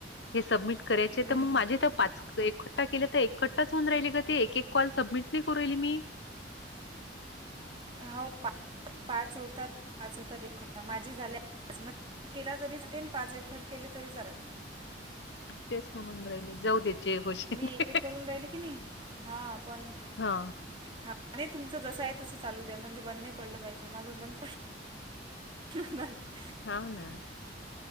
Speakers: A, on the left; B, on the right.
A: हे सबमिट करायचे
B: हं,
A: तर मग
B: हं.
A: माझे तर पाच एक के तर एकट्टाचऊन राहिली ग ते एक कॉल सबमिट नाही करू राहिली मी
B: हो पा पाच होता पाच होतात माझी झाले केला तरीच तेन पाच एकवट केले तरी झालेत
A: तेच म्हणून राहिले जाऊ देत जे होशील
B: मी
A: ते
B: एक एक करून राहिली की नाही हा आपण
A: हा
B: हा आणि तुमचं जस आहे तसं चालू द्या म्हणजे बंद पडलं पाहिजे माझं बंद <inaudible>
A: हव ना